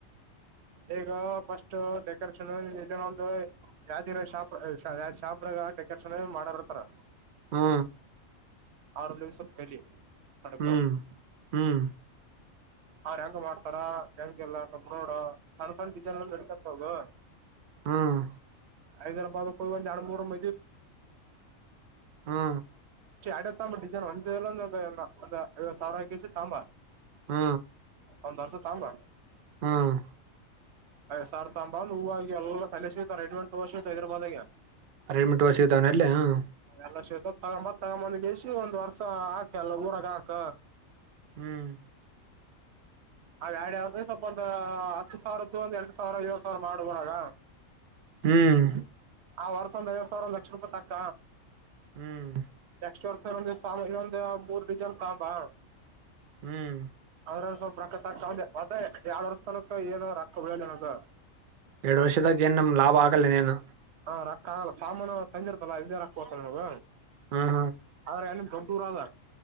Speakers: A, on the right; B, on the right.
A: ಈಗ ಫಸ್ಟ್ ಡೆಕೋರೇಷನ್ ಇದನ್ನ ಒಂದು ಯಾವ ಇರೋ ಶಾಪ್ ಯಾವ್ ಶಾಪ್. ತಿರ್ಗಾ ಡೆಕೋರೇಷನ್ ಮಾಡರ್ ಇರ್ತಾರ.
B: ಹಾ
A: ಆರಲ್ಲಿವಸ ಕಲಿ ತಡಕ
B: ಹ್ಮ್
A: <unintelligible>
B: ಹ್ಮ್
A: ಅವ್ರು ಹೆಂಗ್ ಮಾಡ್ತಾರ ಹೆಂಗೆಲ್ಲ ಸ್ವಲ್ಪ್ ನೋಡ ಸಣ್ಣ ಸಣ್ಣ ವಿಚಾರ್ ಯ್ಸ್ಕೊಲ್ಲಾ ನೋಡ್ಕೊಂಡ್ ಹೋಗು.
B: ಹ್ಮ್
A: ಹೈದರಾಬಾದ ಕುಲ್ವಂದ ಎರಡ್ ಮೂರು <unintelligible>
B: ಹಾ
A: ಅಡತಾಂಬ ಡಿಜನ್ ಅಂದಲ್ಲ ಅ ಸಾವಾರಾಕಿಸೆ ತಕ್ಕೊಂಡ್ ಬಾ.
B: ಹ್ಮ
A: ಒಂದ್ರ್ಸ ತಂಬಾ
B: ಹ್ಮ್ಮ್ಮ್
A: ಯ್ ಸಾರ್ ತಾಂಬಾ ಹೂವು ಆ ಎಲ್ಲ ತಲೆ ಸತಾರೆ ಎಂಟೆಂಟು ವರ್ಷ ಹೈದರಾದಾಗ.
B: ರೆಡಿಮಿಂಟ್ ಸಿಗ್ತವೆ ಅಲ್ಲಿ ಹ್ಮ್ಮ್
A: <unintelligible> ಒಂದ ವರ್ಸ ಹಾಕ ಎಲ್ಲ ಊರಾಗ ಹಾಕ
B: ಹ್ಮ್
A: ಅವ್ಯಾಡ ಯಾವ್ರೆ ಸ್ವಲ್ಪ ಒಂದ ಹತ್ತು ಸಾವಿರತ್ತು ಒಂದ್ ಎಂಟು ಸಾವಿರ ಏಳ್ ಸಾವಿರ ಮಾಡು ಊರಾಗ.
B: ಹ್ಮ್
A: ಆ ವರ್ಸ ಒಂದ್ ಐವತ್ತು ಸಾವಿರ ಒಂದ್ ಲಕ್ಷ ರೂಪಾಯಿ ತಕ್ಕ.
B: ಹ್ಮ್
A: <unintelligible> ಮೂರ್ ದಡಿಜನ್ ಸಾಂಬಾ
B: ಹ್ಮ್
A: ಅ್ರ ಸ್ವಲ್ಪ ರಕ್ಕತ ಆಕ್ತೆ ಮ ಎರಡ್ ವರ್ಸ್ ತನಕ ಏನ ರೊಕ್ಕ ಬೆಳ ಏನದು.
B: ಎರಡು ವರ್ಷದಾಗ ಏನಮ್ ಲಾಭ ಆಗಲ್ಲನೇನು.
A: ಹ ರೊಕ್ಕ ಆಗಲ್ಲ ಸಾಮಾನು ತಂದಿರ್ತಲ್ಲ ಇದೇ ರೊಕ್ಕ ಹತಾನ ನಮಗ
B: ಹ್ಮ್
A: ಆದ್ರೆ. ಧೊಡ್ದರಾಗ್